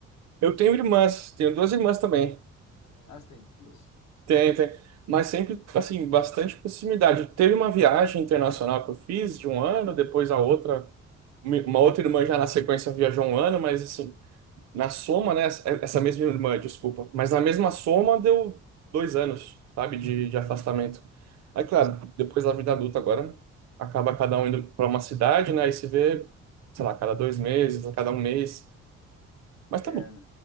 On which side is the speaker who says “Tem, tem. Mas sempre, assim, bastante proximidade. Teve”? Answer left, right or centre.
Right